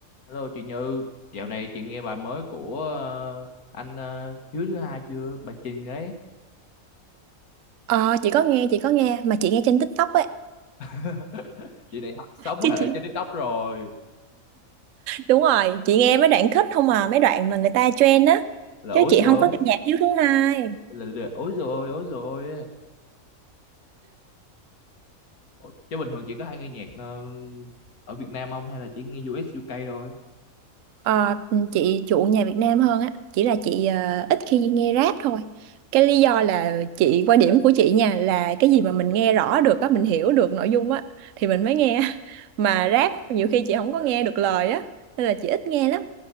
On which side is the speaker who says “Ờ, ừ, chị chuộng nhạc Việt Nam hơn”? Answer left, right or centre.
Right